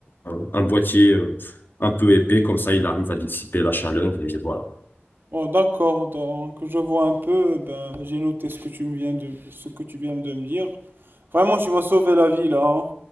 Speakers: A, on the left; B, on the right.
A: euh, un boîtier euh, un peu épais. Comme ça, il arrive à dissiper la chaleur et voilà.
B: Bon, d'accord, donc je vois un peu, ben, j'ai noté ce que tu me viens de, ce que tu viens de me dire. Vraiment, tu m'as sauvé la vie là, hein.